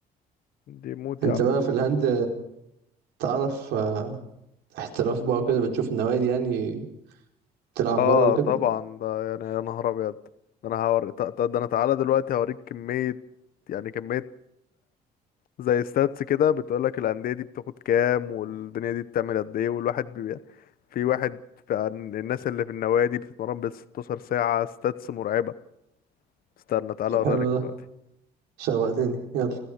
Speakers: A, on the left; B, on the right.
A: دي موت
B: انت
A: يا عم
B: بقى في الهند تعرف آه، احتراف بقى وكده بتشوف النوادي يعني تلعب
A: اه
B: بره وكده
A: طبعا ده يعني يا نهار ابيض ده انا هوري ده ده انا تعالى دلوقتي هوريك كمية يعني كمية زي ستاتس كده بتقولك الأندية دي بتاخد كام والدنيا دي بتعمل قد ايه والواحد بي... في واحد في الناس اللي في النوادي بتتمرن بال 16 ساعة ستاتس مرعبة استنى تعالى اوريها
B: حلو
A: لك
B: ده
A: دلوقتي
B: شوقتني يلا